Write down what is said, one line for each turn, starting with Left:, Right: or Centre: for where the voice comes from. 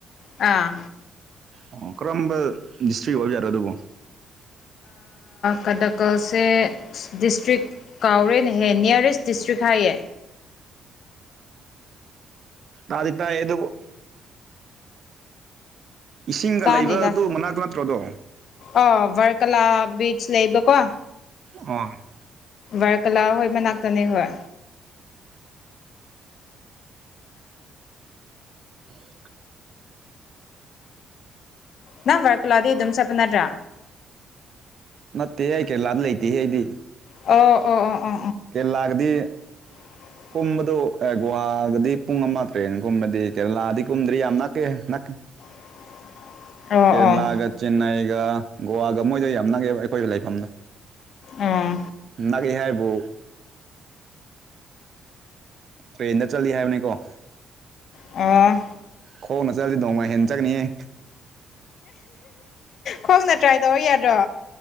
Left: ꯑꯥ
Right: ꯑꯣ ꯀꯔꯝꯕ ꯗꯤꯁꯇ꯭ꯔꯤꯛ ꯑꯣꯏꯕ ꯌꯥꯔꯣ ꯑꯗꯨꯕꯨꯣ
Left: ꯀꯗꯥ ꯀꯁꯦ ꯗꯤꯁꯇ꯭ꯔꯤꯛ ꯀꯥꯎꯔꯦꯟ ꯍꯦ ꯅꯤꯌꯔꯦꯁ ꯗꯤꯁꯇ꯭ꯔꯤꯛ ꯍꯥꯏꯌꯦ
Right: ꯑꯣꯗꯇꯗ ꯏꯁꯤꯡꯒ
Left: ꯆꯥꯅꯤꯗ
Right: ꯂꯩꯕꯗꯨ ꯃꯅꯥꯛꯇ ꯅꯠꯇ꯭ꯔꯣꯗꯣ
Left: ꯑꯣ ꯚꯔꯀꯂꯥ ꯕꯤꯆ ꯂꯩꯕꯀꯣ
Right: ꯑ
Left: ꯚꯔ ꯀꯂꯥ ꯍꯣꯏ ꯃꯅꯥꯛꯇꯅꯤ ꯍꯣꯏ
Right: <unintelligible>
Left: ꯅ ꯋꯥꯀꯂ ꯑꯗꯨ ꯏ ꯑꯗꯨꯝ ꯆꯠꯅꯠꯇ꯭ꯔꯥ
Right: ꯅꯠꯇꯦ ꯑꯩ ꯀꯩꯂꯥꯟ ꯂꯩꯇꯦꯍꯦ ꯑꯩꯗꯤ
Left: ꯑꯣ ꯑꯣ ꯑꯣ ꯑꯣ
Right: ꯀ ꯂꯒꯗꯤ
Left: <unintelligible>
Right: ꯀꯨꯝꯕꯗꯨ ꯑꯦ ꯒꯨꯍꯥꯒꯗꯤ ꯄꯨꯡ ꯑꯃ ꯇ꯭ꯔꯦꯒꯨꯝꯕꯗꯤ ꯀꯦꯔꯂꯥꯗꯤ ꯀꯨꯝꯗ꯭ꯔꯤ ꯌꯥꯝ ꯅꯛꯀꯦ ꯅꯛꯀꯦ
Left: <unintelligible>
Right: ꯀꯦꯔꯂꯥꯒ
Left: ꯑꯣ
Right: ꯆꯦꯟꯟꯅꯏꯒ ꯒꯣꯋꯥꯒ ꯃꯣꯏꯗ ꯌꯥꯝ ꯅꯪꯉꯦꯕ ꯑꯩꯈꯣꯏꯒꯤ ꯂꯩꯐꯝꯗꯣ
Left: ꯑꯣ
Right: ꯅꯅꯥ ꯀꯍꯦꯕꯣ ꯇ꯭ꯔꯦꯟꯗ ꯆꯠꯂꯤ ꯍꯥꯏꯕꯅꯤꯀꯣ
Left: ꯑꯥ
Right: ꯈꯣꯡꯅ ꯆꯠꯂꯁꯤ ꯅꯣꯡꯃ ꯍꯦꯟꯅ ꯆꯠꯅꯤꯌꯦꯦ
Left: ꯈꯣꯡꯅ ꯇ꯭ꯔꯥꯏ ꯇꯧꯔ ꯌꯥꯗ꯭ꯔꯣ